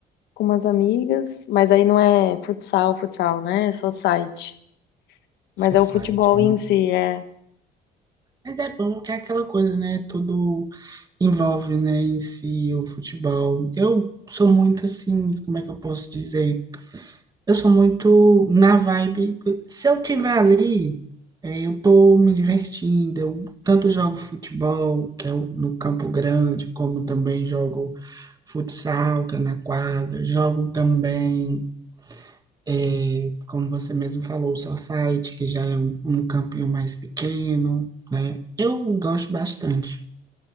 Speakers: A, on the left; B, on the right.
A: com umas amigas, mas aí não é futsal, futsal, né? É só site. Mas
B: seu
A: é
B: site?
A: o futebol
B: É muito-
A: em si, é.
B: Mas é bom, é aquela coisa, né? Tudo envolve, né, em si o futebol. Eu sou muito assim, como é que eu posso dizer? Eu sou muito na vibe. Se eu tiver ali, é, eu tô me divertindo. Eu tanto jogo futebol, que é o- no Campo Grande, como também jogo futsal, que é na quadra. Jogo também. É, como você mesmo falou, o Society, que já é um, um campinho mais pequeno, né? Eu gosto bastante.